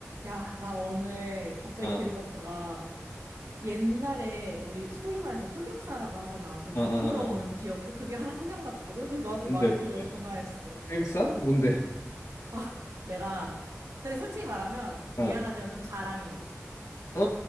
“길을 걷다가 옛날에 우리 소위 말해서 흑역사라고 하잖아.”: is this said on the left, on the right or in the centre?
Right